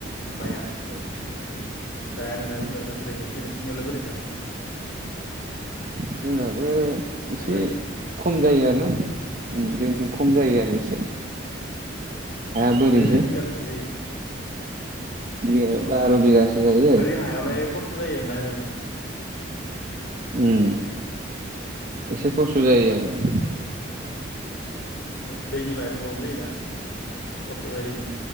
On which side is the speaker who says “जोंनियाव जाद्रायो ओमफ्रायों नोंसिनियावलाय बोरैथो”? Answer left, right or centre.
Left